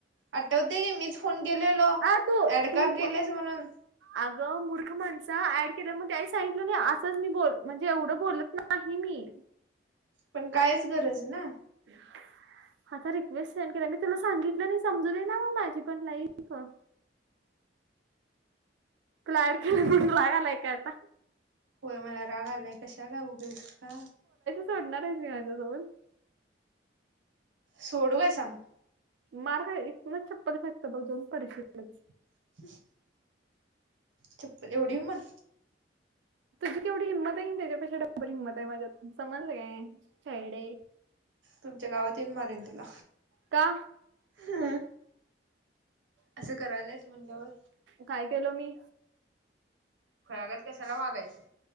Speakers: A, on the right; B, on the right.
A: आठवते की मीच फोन केलेलो.
B: आ तू
A: ऍडका
B: तू
A: केलेस म्हणून.
B: अगं मूर्ख माणसा. ऍड केल्या मग ते सांगितलं नाही. असंच मी बोल म्हणजे एवढं बोलत नाही मी
A: पण कायच गरज ना.
B: <unintelligible> आता रिक्वेस्ट सेंड केल. मी तुला सांगितलं नाही. समजूदेना म माझी पण लाईफ. तूला ऑड केले म्हणून, राग आलाय काय आता.
A: होय मला राग आलाय. कशाला उगेस का?
B: सोडणारेस का माझ्याजवन <unintelligible>
A: सोडू व्हय सांग.
B: मार खायची. तुलाच चप्पल खाशी बघ. दोन परिशच
A: <unintelligible> चप्पल एवढी मण
B: तुझी केवढी हिंमते केनही. त्याच्या पेाक्ष डब्बल हिंमते माजात. समजले काय. छेडे
A: तुमच्या गावात येऊन मारेन तुला.
B: का
A: ह असं करल्यात म्हणल्यावर
B: काय केलो मी.
A: खुळ्यागत कशाला वागायचं.